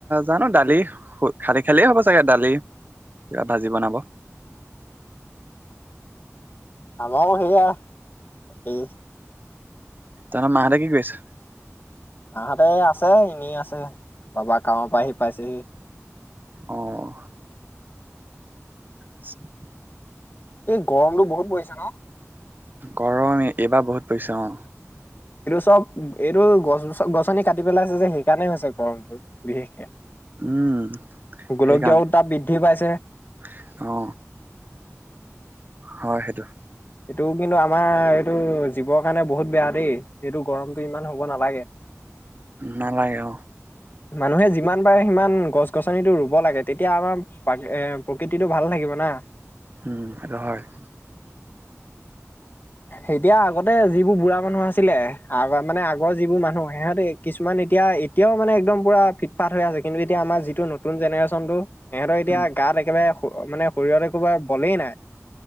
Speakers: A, on the right; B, on the left.
A: জানো দালি খালি খালিয় হ'ব চাগে দালি কিবা ভাজি বনাব
B: আমও সেইয়া <unintelligible>
A: তাৰ মাৰে কি কৈছে <inaudible>
B: তাহাঁতে আছে এনেই আছে বাবা কৱৰ পৰা আহি পাইছেহি।
A: অঁ। আতছ <unintelligible>
B: এই গৰমতটো বহুত পৰিছে ন
A: কৰৰমে এইবাৰ বহুত পইছা অ
B: এইটো চব এইটো গছছ গছনি কাটি পেলাইছে যে সেইকাৰণে হৈছে গৰমটো বিশেষকে
A: উম
B: গোলকীয়
A: সেইকাৰণে
B: উত্তাপ বৃদ্ধি পাইছে।
A: অ হয় সেইটো <inaudible>
B: এইটো কিন্তু আমাৰ এইটো জীৱৰ কাৰণে বহুত বেয়া দেই এইটো গৰমতটো ইমান হ'ব নালাগে
A: নালাগে
B: মানুহে যিমান তাৰ সিমান গছ গছনিটো ৰুব লাগে তেতিয়া আমাৰ এ প্ৰকৃতিটো ভাল থাকিব না।
A: উম হয়য় <inaudible>
B: এতিয়া আগতে যিবোৰ বুঢ়া মানুহ আছিলে আগ মানে আগৰ যিবোৰ মানুহ সিহঁতে কিছুমান এতিয়া এতিয়াও মানে একদম পুৰা ফিটফাত হৈ আছে কিন্তু এতি আমাৰ যিটো নতুন জেনেৰে্যনটো সহঁতৰ এতিয়া
A: উম
B: গাত একেবাৰে মানে শৰীৰতে কবা বলেই নাই